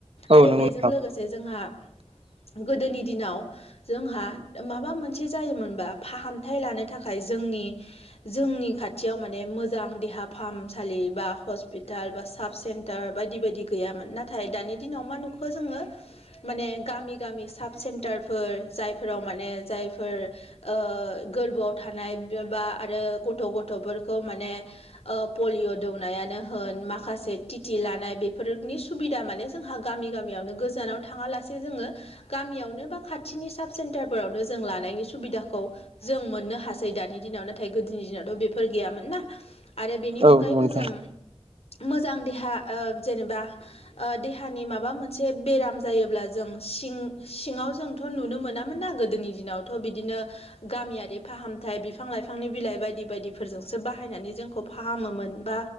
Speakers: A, on the right (about 70°); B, on the left (about 85°).
A: औ
B: आरो
A: नंगौ
B: बेजों
A: नोंथां
B: लोगोसे जोंहा गोदोनि दिनाव जोंहा माबा मोनसे जायोमोनबा फाहामथाय लानो थाखाय जोंनि जोंनि खाथियाव माने मोजां देहा फाहामसालि बा हस्पिटाल बा साब सेन्टार बायदि बायदि गैयामोन नाथाय दानि दिनाव मा नुखो जोङो माने गामि गामि साब सेन्टारफोर जायफोराव माने जायफोर ओ गोरबोआव थानाय बा आरो गथ' गथ'फोरखौ माने ओ पलिअ' दौनायानो होन माखासे टिटि लानाय बेफोरनि सुबिदा माने जोंहा गामि गामियावनो गोजानाव थाङालासे जोङो गामियावनो बा खाथिनि साब सेन्टारफोरावनो जों लानायनि सुबिदाखौ जों मोननो हासै दानि दिनाव नाथाय गोदोनि दिनावथ' बेफोर गैयामोन ना आरो बेनि
A: औ
B: अनगायैबो
A: नंगौ नोंथां
B: जों मोजां देहा ओ जेनेबा ओ देहानि माबा मोनसे बेराम जायोब्ला जों सिं सिङाव जोंथ' नुनो मोनामोन ना गोदोनि दिनावथ' बिदिनो गामियारि फाहामथाय बिफां लाइफांनि बिलाइ बायदि बायदिफोरजोंसो बाहायनानै जोंखौ फाहामोमोन बा